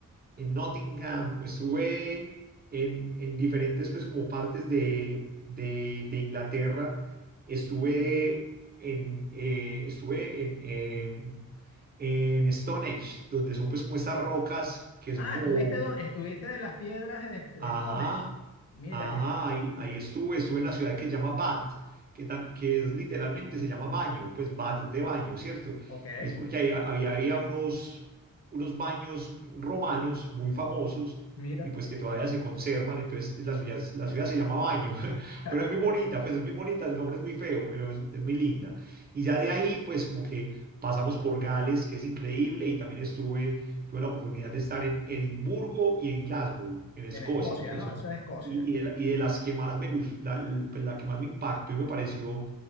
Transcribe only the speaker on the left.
Ah,
estuviste, don- estuviste de las piedras de, de
Stone Age? Mira
que.
y-
ok,
mira.
<laughs>
En Escocia,
¿no?
Eso es Escocia.